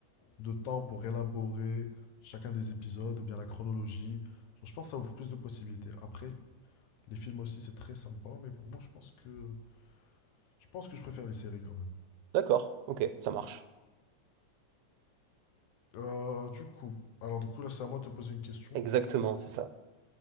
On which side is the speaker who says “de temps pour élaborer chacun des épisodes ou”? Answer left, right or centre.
Left